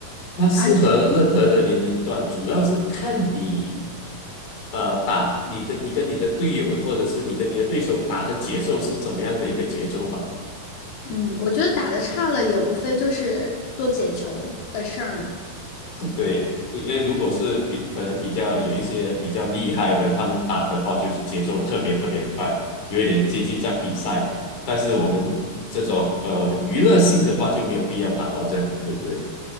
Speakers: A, on the left; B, on the left.
A: 它适合任何的年龄段，
B: 而
A: 主要是看你，呃，打你的你跟你的队友，或者是你跟你的对手打的节奏是怎么样的一个节奏吧。
B: 嗯，我觉得打的差了也无非就是多捡球的事儿嘛。
A: 对，因为如果是比可能比较有一些比较厉害的，他们打的话就是节奏特别特别的快，有一点接近像比赛。但是我们这种呃娱乐性的话就没有必要打到这样了对不对？